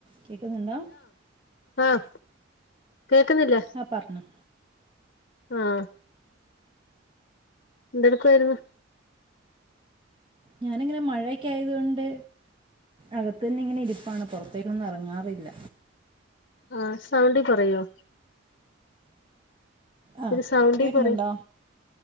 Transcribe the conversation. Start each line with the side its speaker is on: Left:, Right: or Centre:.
Right: കേക്കുന്നുണ്ട
Left: ആഹ കേക്കുന്നില്ല
Right: ആ പറഞ്ഞോ
Left: ആഹ എന്തെടുക്കുവായിരുന്നു
Right: ഞാനിങ്ങനെ മഴൊക്കെ ആയത് കൊണ്ട് അകത്തു തന്നെ ഇങ്ങനെ ഇരിപ്പാണ് പുൊറത്തേക്കൊന്നും ഇറങ്ങാറില്ല
Left: ആഹ സൗണ്ടിൽ പറയോ
Right: ആ
Left: ഒരു സൗണ്ടീ
Right: കേൾക്കുന്നുണ്ടോ
Left: പറയാ